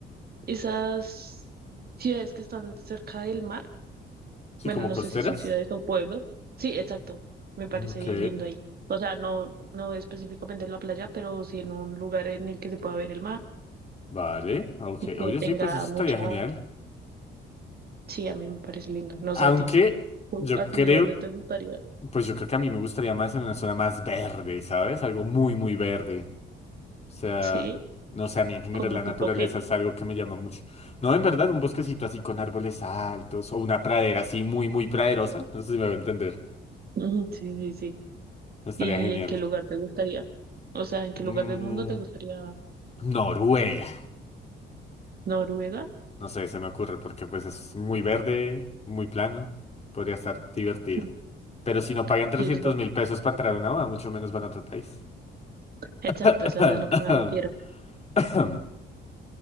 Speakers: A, on the right (about 50°); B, on the left (about 30°).
A: esas ciudades que están cerca del mar.
B: Sí,
A: Bueno,
B: como
A: no
B: costeras.
A: sé si son ciudades o pueblos. Sí, exacto. Me parece
B: Ok.
A: lindo ahí. O sea, no, no específicamente en la playa, pero sí en un lugar en el que se pueda ver el mar
B: Vale. Ok.
A: y que
B: Oye, sí,
A: tenga
B: pues eso estaría
A: mucha...
B: genial.
A: Sí, a mí me parece lindo. No
B: Aunque
A: sé a ti. ¿Tú-
B: yo
A: ¿A
B: creo,
A: ti dónde te gustaría?
B: pues yo creo que a mí me gustaría más en una zona más verde, ¿sabes? Algo muy, muy verde. O sea,
A: Sí,
B: no sé, a mí en general
A: como
B: la
A: tipo
B: naturaleza
A: qué.
B: es algo que me llama mucho. No, en verdad, un bosquecito así con árboles altos o una pradera así muy, muy praderosa. No sé si me va a entender.
A: Ujú, Sí, sí, sí.
B: Estaría
A: ¿Y
B: genial.
A: en qué lugar te gustaría? O sea, ¿en qué
B: Mm,
A: lugar del mundo te gustaría
B: Noruega.
A: Noruega?
B: No sé, se me ocurre porque pues es muy verde, muy plano. Podría estar divertido.
A: <laughs>
B: Pero si no pagan trescientos
A: Y es
B: mil pesos para entrar a una boda, mucho menos van a otro país.
A: Exacto,
B: <coughs>
A: eso es a lo que me refiero.
B: <clears throat>